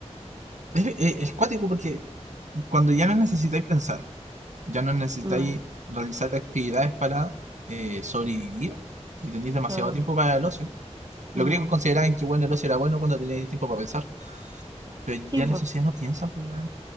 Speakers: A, on the right (about 80°); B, on the right (about 35°).
A: Es, es- es cuático porque cuando ya no necesitáis pensar, ya no necesitáis
B: Mm,
A: realizar actividades para eh, sobrevivir y tenéis demasiado
B: claro.
A: tiempo para el ocio. Los
B: Mm,
A: griegos consideraban que bueno, el ocio era bueno cuando tenías tiempo para pensar, pero
B: sí,
A: ya
B: pues.
A: la sociedad no piensa, pues, weón.